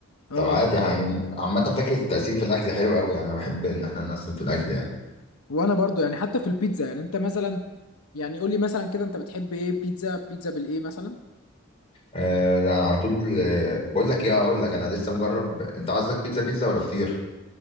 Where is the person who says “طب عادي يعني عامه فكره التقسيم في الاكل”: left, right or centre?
Left